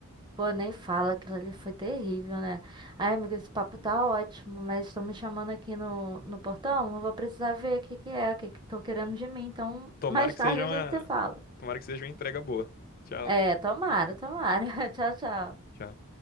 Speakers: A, on the right; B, on the left.
A: Pô, nem fala, aquilo ali foi terrível, né? Ai, amiga, esse papo tá ótimo, mas estão me chamando aqui no, no portão, eu vou precisar ver o que que é, o que que estão querendo de mim. Então,
B: Tomara
A: <laughs> mais
B: que
A: tarde
B: seja
A: a
B: uma,
A: gente se fala.
B: tomara que seja uma entrega boa. Tchau.
A: É, tomara, tomara. <laughs> Tchau, tchau.
B: tchau